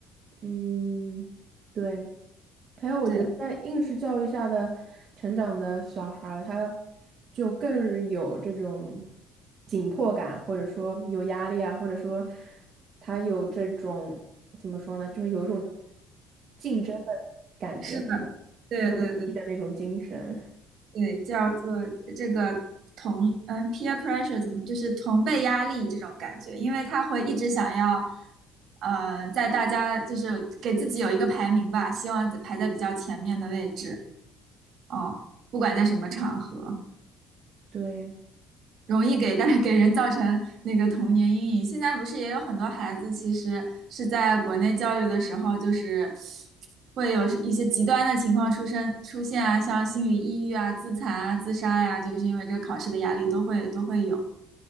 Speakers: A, on the right; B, on the right.
A: 嗯，对。还有，我觉得在应试教育下的成长的小孩儿他
B: 对，
A: 就更有这种紧迫感，或者说有压力啊，或者说他有这种怎么说呢，就是有一种竞争的感觉，
B: 是的，对对对。
A: 很努力的那种精神。
B: 对，叫做这个同嗯 peer pressure 怎么就是同辈压力这种感觉，因为他会一直想要，呃，在大家就是给自己有一个排名吧，希望在排在比较前面的位置哦，不管在什么场合。
A: 对。
B: 容易给带 <laughs> 给人造成那个童年阴影。现在不是也有很多孩子，其实是在国内教育的时候，就是会有一些极端的情况出生出现啊，像心理抑郁啊、自残啊、自杀呀、就是因为这个考试的压力都会都会有。